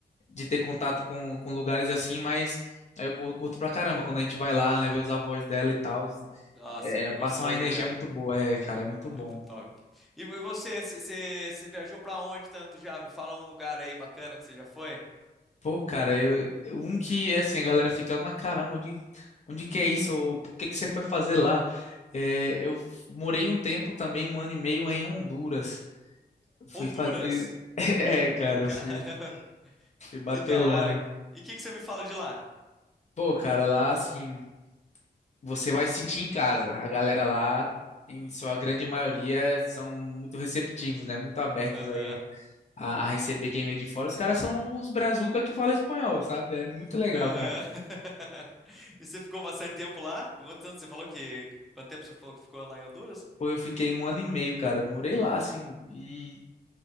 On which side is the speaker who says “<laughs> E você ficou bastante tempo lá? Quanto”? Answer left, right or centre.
Centre